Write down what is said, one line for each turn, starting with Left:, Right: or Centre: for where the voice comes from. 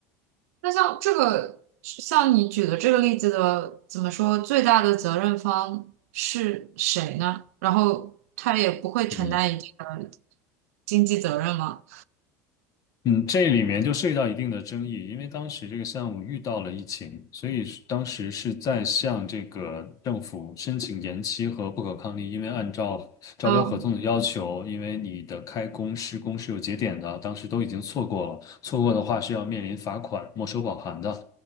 Right: 那像这个，像你举的这个例子的，怎么说，最大的责任方是谁呢？然后他也不会承担一定的
Left: 嗯。
Right: 经济责任吗？
Left: 嗯，这里面就涉及到一定的争议，因为当时这个项目遇到了疫情，所以是当时是在向这个政府申请延期和不可抗力，因为按照招标合同的要求，
Right: 嗯，
Left: 因为你的开工施工是有节点的，当时都已经错过了，错过的话是要面临罚款、没收保函的。